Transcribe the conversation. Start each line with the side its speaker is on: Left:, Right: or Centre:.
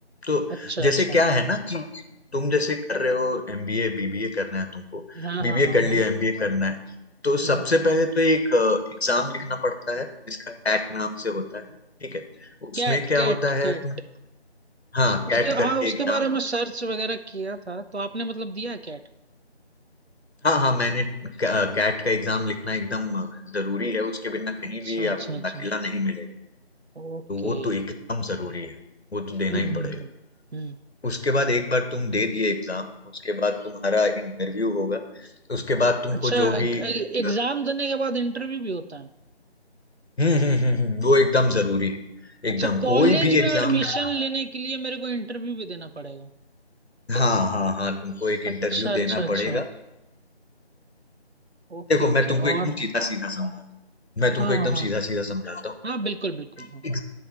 Left: तो
Right: अच्छा
Left: जैसे
Right: अच्छा
Left: क्या है ना कि तुम जैसे कर रहे हो एमबीए बीबीए करना है तुमको
Right: हाँ
Left: बीबीए
Right: हाँ हाँ
Left: कर
Right: हाँ
Left: लिया एमबीए करना है तो
Right: हम्म
Left: सबसे पहले तो एक एग्जाम लिखना पड़ता है जिसका कैट नाम से होता है ठीक है उसमें
Right: कैट
Left: क्या
Right: कैट
Left: होता
Right: कैट
Left: है तुम हाँ
Right: उसके
Left: कैट करके
Right: हाँ उसके
Left: एग्जाम
Right: बारे में सर्च वगैरह किया था तो आपने मतलब दिया कैट
Left: हाँ हाँ मैंने कैट का एग्जाम लिखना एकदम अ, जरूरी है उसके बिना कहीं
Right: अच्छा
Left: भी
Right: अच्छा
Left: आपको
Right: अच्छा
Left: दाखिला नहीं मिलेगा
Right: ओके
Left: तो वो तो एकदम जरूरी है वो तो देना
Right: हम्म
Left: ही पड़ेगा
Right: हम्म हम्म। हम्म।
Left: उसके बाद एक बार तुम दे दिए एग्जाम उसके बाद तुम्हारा इंटरव्यू होगा उसके बाद तुमको
Right: अच्छा
Left: जो भी
Right: एग्जाम
Left: अ,
Right: देने के बाद इंटरव्यू भी होता है
Left: हम्म हम्म हम्म हम्म, वो एकदम जरूरी है
Right: अच्छा
Left: एकदम
Right: कॉलेज
Left: कोई भी
Right: में
Left: एग्जाम
Right: एडमिशन
Left: लिखना
Right: लेने के लिए मेरे को इंटरव्यू भी देना पड़ेगा
Left: हाँ हाँ हाँ तुमको एक इंटरव्यू
Right: अच्छा अच्छा
Left: देना
Right: अच्छा
Left: पड़ेगा
Right: ओके
Left: देखो
Right: ओके
Left: मैं तुमको
Right: और
Left: एकदम सीधा सीधा समझाता हूँ मैं
Right: हाँ
Left: तुमको
Right: हाँ
Left: एकदम
Right: हाँ
Left: सीधा सीधा समझाता
Right: हाँ बिल्कुल बिल्कुल हाँ
Left: हूँ